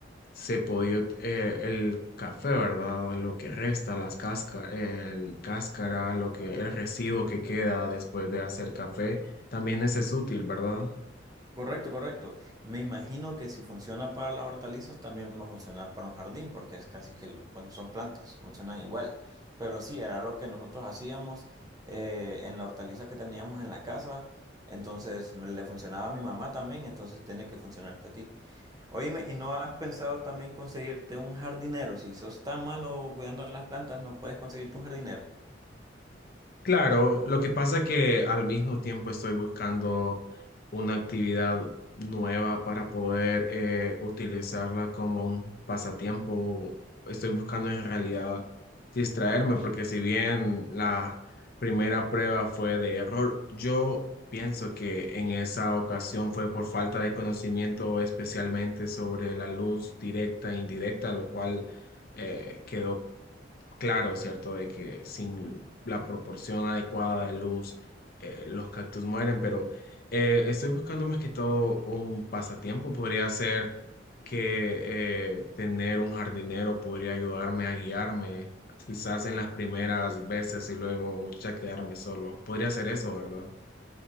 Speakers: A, on the left (about 50°); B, on the right (about 20°).
A: se podía, eh, el café, ¿verdad? Lo que resta, las casca, el cáscara, lo que, el residuo que queda después de hacer café, también ese es útil, ¿verdad?
B: Correcto, correcto. Me imagino que si funciona para las hortalizas, también va a funcionar para un jardín, porque es casi que, lo- bueno, son plantas, funcionan igual. Pero sí, era lo que nosotros hacíamos eh, en la hortaliza que teníamos en la casa. Entonces me- le funcionaba a mi mamá también, entonces tiene que funcionarte a ti. Oíme, ¿y no has pensado también conseguirte un jardinero? Si sos tan malo cuidando de las plantas, no puedes conseguirte un jardinero.
A: Claro, lo que pasa que al mismo tiempo estoy buscando una actividad nueva para poder eh, utilizarla como un pasatiempo. Estoy buscando en realidad distraerme porque si bien la primera prueba fue de error, yo pienso que en esa ocasión fue por falta de conocimiento especialmente sobre la luz directa e indirecta, lo cual eh, quedó claro, ¿cierto? De que sin la proporción adecuada de luz, eh, los cactus mueren, pero eh, estoy buscando más que todo un pasatiempo. Podría ser que eh, tener un jardinero podría ayudarme a guiarme, quizás en las primeras veces y luego ya quedarme solo. Podría ser eso, ¿verdad?